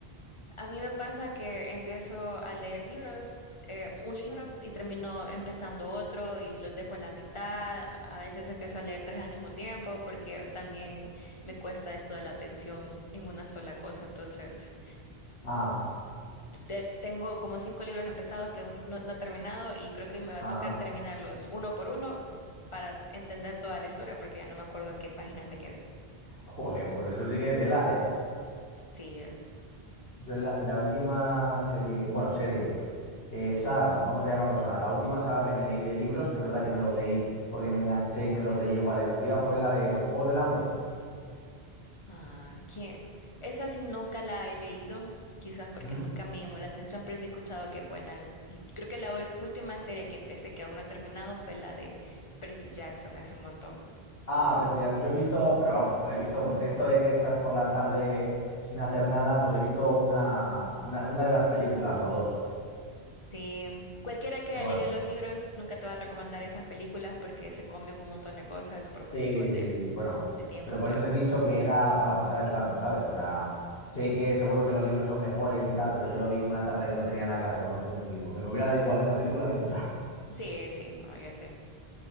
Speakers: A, on the left; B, on the left.
A: a mí me pasa que empiezo a leer libros, eh, un libro, y termino empezando otro y los dejo a la mitad. A veces empiezo a leer tres al mismo tiempo porque también me cuesta esto de la atención en una sola cosa, entonces...
B: Ah,
A: te- tengo como cinco libros empezados que aún no, no he terminado y creo que me va
B: ah,
A: a tocar terminarlos uno por uno para entender toda la historia porque ya no me acuerdo en qué páginas me quedé.
B: joder, pues eso sí que tela, ¿eh?
A: Sí,
B: Yo la, la última serie, bueno, serie, eh, saga, vamos a llamarlo saga, la última saga que me leí de libros, que es verdad que me los leí porque me enganché y me los leí igual en un día, fue la de los Juegos del Hambre.
A: ah, que esa sí nunca la he leído, quizás porque
B: ¿Mm?
A: nunca me llamó la atención, pero sí he escuchado que es buena. L- y Creo que la ul- última serie que empecé que aún no he terminado fue la de Percy Jackson hace un montón.
B: Ah, pero sí, ya- yo he visto, pero vamos, lo he visto porque esto de que estás por la tarde sin hacer nada, pues he visto una, una, una de las películas o dos.
A: Sí, cualquiera que
B: pero
A: haya leído
B: bueno
A: los libros nunca te va a recomendar esas películas porque se comen un montón de cosas por motivos
B: Sí,
A: de,
B: sí, sí. Bueno,
A: de tiempo,
B: pero por
A: pero
B: eso te he dicho que era para pasar el rato, ¿sabes? O sea, sé que seguro que los libros son mejores y tal, pero yo lo vi una tarde que no tenía nada que hacer, no sé si me explico. Que me hubiera dado igual esa película que otra. <laughs>
A: sí, sí, no, ya sé.